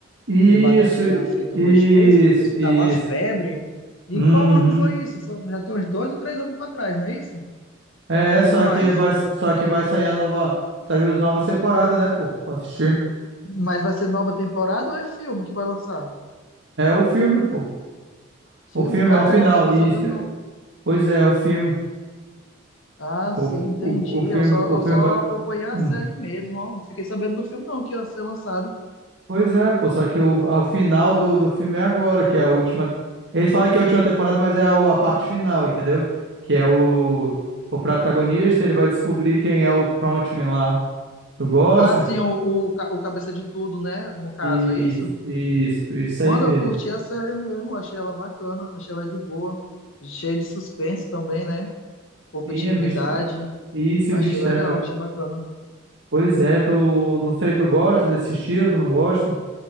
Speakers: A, on the right (about 60°); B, on the left (about 75°).
A: Isso,
B: de batatinha frita
A: isso,
B: 1, 2, 3, que o pessoal
A: isso.
B: tava à febre. E
A: Uhum.
B: qual ano foi isso? Foi- já tem uns dois ou três anos pra trás, não é isso?
A: É,
B: Ou
A: só
B: mais?
A: que vai, só que vai sair a nova, saiu as novas temporadas, né, pô, pra assistir.
B: Mas vai ser nova temporada ou é filme que vai lançar?
A: É o filme, pô.
B: Filme?
A: O filme
B: Caralho,
A: é o final,
B: eu não tava
A: isso.
B: sabendo não.
A: Pois é, o filme.
B: Ah,
A: O,
B: sim, entendi.
A: o, o filme,
B: Eu só,
A: o
B: eu
A: filme
B: só
A: vai.
B: acompanhei a
A: hum.
B: série mesmo, ó. Não fiquei sabendo do filme não, que ia ser lançado.
A: Pois é, pô, só que o, ao final do, do filme é agora, que é a última. Eles falam que é a última temporada, mas é a, a parte final, entendeu? Que é o, o protagonista, ele vai descobrir quem é o frontman lá. Tu gosta?
B: Ah, sim, o, o, ca- o Cabeça de Tudo, né? No caso,
A: Isso,
B: é isso?
A: isso, isso
B: Mano,
A: aí mesmo.
B: eu curti a série mesmo, achei ela bacana, achei ela de boa, cheia de suspense também, né? Competitividade,
A: Sim, é mistério. Isso
B: achei
A: e o mistério,
B: legal,
A: né?
B: achei bacana.
A: Pois é, tu, não sei, tu gosta desse estilo, tu não gosta?